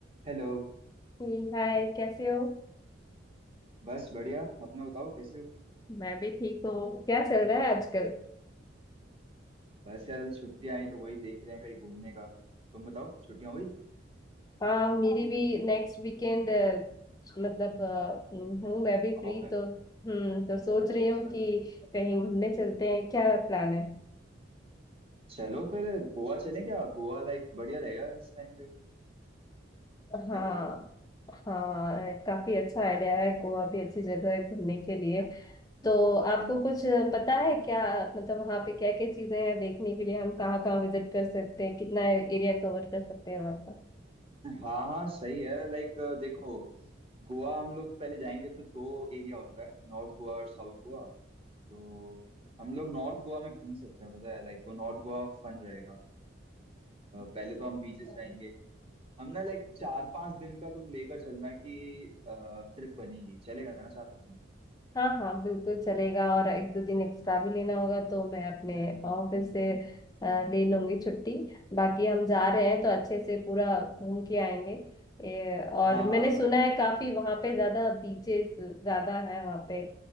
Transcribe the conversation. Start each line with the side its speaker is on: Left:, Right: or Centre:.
Right: Hello
Left: ठीक हाय कैसे हो
Right: बस बढ़िया अपना बताओ कैसे हो
Left: मैं भी ठीक हूँ क्या चल रहा है आजकल
Right: बस यार अभी छुट्टियां आई तो वही देख रहे हैं कहीं घूमने का तुम बताओ छुट्टियां हुई
Left: हाँ मेरी भी नेक्स्ट वीकेंड मतलब अ, हूँ मैं भी फ्री
Right: ऑफ है
Left: तो हम्म तो सोच
Right: अच्छा
Left: रही
Right: अच्छा
Left: हूँ कि कहीं घूमने चलते हैं क्या प्लान है
Right: चलो फिर गोवा चलें क्या गोवा लाइक बढ़िया रहेगा इस टाइम पे
Left: हाँ
Right: क्या बोलते हो
Left: हाँ काफी अच्छा आइडिया है गोवा भी अच्छी जगह है घूमने के लिए तो आपको
Right: है ना
Left: कुछ पता है क्या मतलब वहाँ पे क्या क्या चीजें हैं देखने के लिए हम कहाँ कहाँ विजिट कर सकते हैं कितना एरिया कवर कर सकते हैं वहाँ
Right: हाँ हाँ सही है लाइक देखो गोवा हम लोग पहले जाएंगे तो दो एरिया होता है नॉर्थ गोवा और साउथ गोवा तो हम लोग नॉर्थ गोवा में घूम सकते हैं पता है लाइक वो नॉर्थ गोवा फन रहेगा अ, पहले
Left: पर
Right: तो हम बीचेस जाएंगे हम ना लाइक चार पांच दिन का तुम लेकर चलना कि ट्रिप बनेगी चलेगा ना चार पांच दिन
Left: हाँ हाँ बिल्कुल चलेगा और एक दो दिन एक्स्ट्रा भी लेना होगा तो मैं अपने ऑफिस से अ, ले लूंगी छुट्टी बाकी हम जा रहे हैं तो अच्छे से पूरा घूम के आएंगे ए, और
Right: हाँ हाँ
Left: मैंने
Right: वही
Left: सुना
Right: वही
Left: है काफी वहाँ पे ज्यादा बीचेस ज्यादा है वहाँ पे